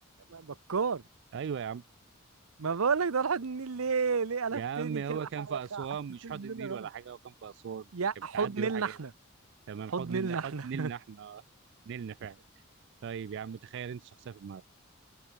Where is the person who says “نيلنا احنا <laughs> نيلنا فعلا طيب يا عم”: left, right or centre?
Right